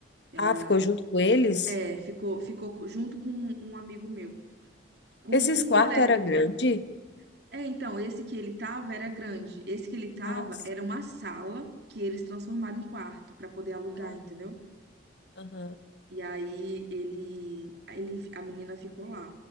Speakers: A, on the right (about 55°); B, on the left (about 60°).
A: Ela
B: Ah, ficou junto com eles?
A: É, ficou, ficou co- junto com um amigo meu, com,
B: Esses
A: com um
B: quartos
A: colega
B: era
A: do
B: grande?
A: quarto. É, então, esse que ele tava era grande. Esse que ele tava
B: Ah, sim.
A: era uma sala que eles transformaram em quarto para poder alugar,
B: Ah,
A: entendeu?
B: aham.
A: E aí ele, aí ele, a menina ficou lá.